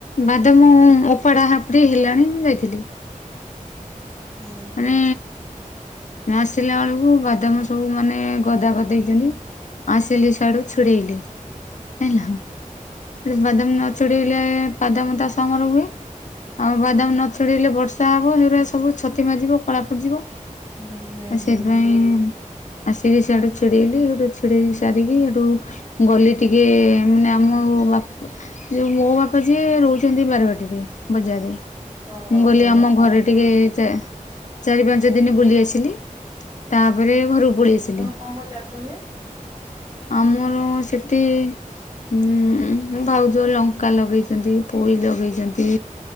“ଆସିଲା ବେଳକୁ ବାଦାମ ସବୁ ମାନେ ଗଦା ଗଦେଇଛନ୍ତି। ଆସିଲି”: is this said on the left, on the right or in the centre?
Left